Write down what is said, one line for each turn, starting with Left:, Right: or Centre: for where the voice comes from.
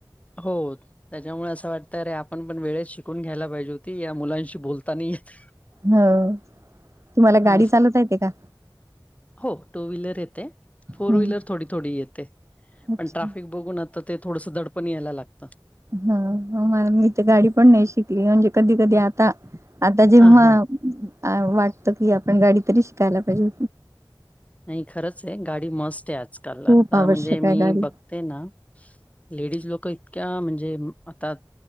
Left: हो. त्याच्यामुळे असं वाटतं अरे आपण पण वेळेत शिकून घ्यायला पाहिजे होती या मुलांशी बोलता नाय येत.
Right: हो तुम्हाला
Left: असं.
Right: गाडी चालता येते का?
Left: हो टू व्हीलर येते फोर
Right: हम्म
Left: व्हीलर थोडी थोडी येते
Right: अच्छा
Left: पण ट्राफिक बघूनचं त ते थोडंसं दडपण यायला लागतं.
Right: हा म मी तर गाडी पण नाही शिकली म्हणजे कधी कधी आता आता जेव्हा
Left: आ हां.
Right: आ वाटत की आपण गाडी तरी शिकायला पाहिजे.
Left: नाही खरंच आहे गाडी मस्ट आहे आजकाल
Right: खूप
Left: आता
Right: आवश्यक
Left: म्हणजे
Right: आहे
Left: मी
Right: गाडी
Left: बघते ना. लेडीज लोक इतक्या म्हणजे आता.